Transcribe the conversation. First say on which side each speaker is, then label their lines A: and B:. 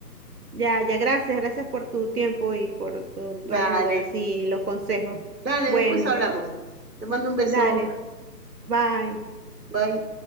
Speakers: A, on the right; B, on the right.
A: Ya, ya, gracias, gracias por tu tiempo y por tu, tu
B: Dale,
A: ayuda, sí, los consejos.
B: dale,
A: Bueno,
B: después hablamos. Te mando un beso.
A: dale, bye.
B: Bye.